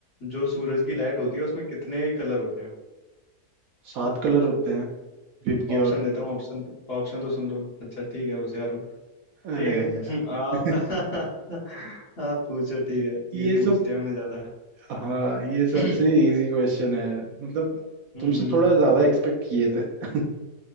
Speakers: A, on the left; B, on the right.
A: जो सूरज की लाइट होती है उसमें कितने कलर होते हैं
B: सात कलर होते हैं विबग्योर
A: ऑप्शन देता हूँ ऑप्शन तो ऑप्शन तो सुन लो अच्छा ठीक है होशियार हो
B: अरे
A: ठीक है
B: यार
A: <laughs> आप
B: <laughs>
A: <laughs> आप पूछो ठीक है
B: ये
A: इजी
B: सब
A: पूछ लिया मैंने ज्यादा
B: हाँ ये सबसे
A: <clears throat>
B: इजी क्वेश्चन है मतलब
A: हम्म
B: तुमसे थोड़ा ज्यादा एक्सपेक्ट किए थे <laughs>